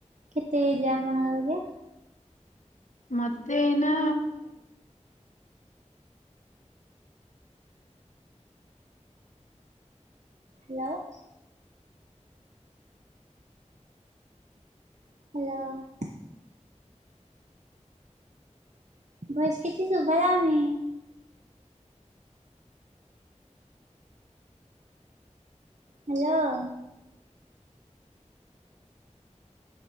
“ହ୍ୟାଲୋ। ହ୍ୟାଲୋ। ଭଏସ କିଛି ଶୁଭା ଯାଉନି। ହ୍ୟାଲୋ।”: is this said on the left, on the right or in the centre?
Right